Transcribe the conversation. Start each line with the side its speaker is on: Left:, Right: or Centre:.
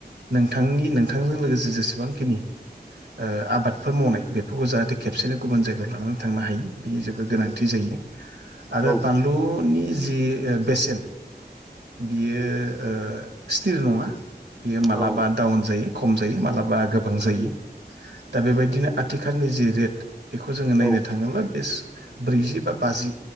Right: नोंथांनि नोंथांजों लोगोसे जेसेबांखिनि ओ आबादफोर मावनाय बेफोरखौ जाहाथे खेबसेनो गुबुन जायगायाव लानानै थांनो हायो बिनि जेबोद गोनांथि जायो। आरो
Centre: औ
Right: बानलुनि जि ओ बेसेन बियो ओ स्टिर नङा। बियो मालाबा
Centre: औ
Right: डाउन जायो खम जायो मालाबा गोबां जायो।
Centre: उम
Right: दा बेबायदिनो आथिखालनि जि रेट बेखौ जोङो नायनो
Centre: औ
Right: थाङोब्ला बे ब्रैजि बा बाजि